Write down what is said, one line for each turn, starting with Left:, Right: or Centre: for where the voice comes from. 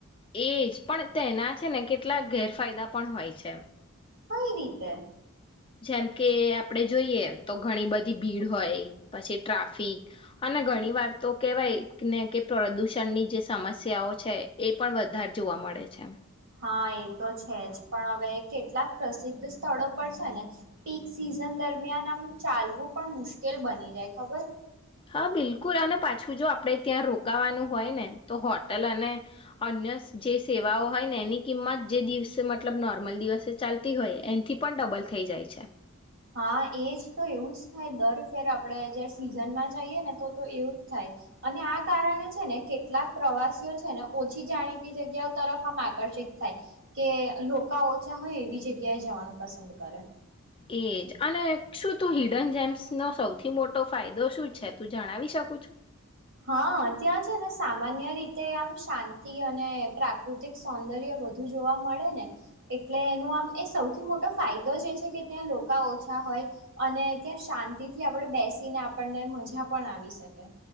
Left: એજ પણ તેના છેને કેટલાક ગેરફાયદા પણ હોય છે.
Right: કઈ રીતે?
Left: જેમ કે આપડે જોઈએ તો ઘણી બધી ભીડ હોય પછી ટ્રાફિક અને ઘણી વાર તો કેવાય નેકે પ્રદુષણની જે સમસ્યાઓ છે એ પણ વધારે જોવા મળે છે.
Right: હા, એતો છેજ પણ હવે કેટલાક પ્રસિદ્ધ સ્થળો પર છેને પીક સિઝન દરમિયાન આમ ચાલવું પણ મુશ્કેલ બની જાય ખબર.
Left: હા, બિલકુલ અને પાછું જો આપણે ત્યાં રોકાવાનું હોય ને તો હોટલ અને અન્ય જે સેવાઓ હોય ને એની કિંમત જે દિવસે મતલબ નોર્મલ દિવસે ચાલતી હોય એથી પણ ડબલ થઈ જાય છે.
Right: હા, એજ તો એવું જ થાય દર ફેર આપણેે જ સિઝનમાં જઈએ ને તો તો એવું જ થાય અને આ કારણે છેને કેટલાક પ્રવાસીઓ છેને ઓછી જાણીતી જગ્યાઓ તરફ આમ આકર્ષિત થાય કે લોકો ઓછા હોય એવી જગ્યાએ જવાનું પસંદ કરે.
Left: એજ અને શુંતું હિડન જેમ્સનો સૌથી મોટો ફાયદો શું છે. તું જણાવી શકું છું?
Right: હા, ત્યાં છેને સામાન્ય રીતે આમ શાંતિ અને પ્રાકૃતિક સૌંદર્ય વધુ જોવા મળેને એટલે એનું આમ એ સૌથી મોટો ફાયદો જ છે કે ત્યાં લોકો ઓછા હોય અને ત્યાં શાંતિથી આપણે બેસીને આપણને મજા પણ આવી શકે.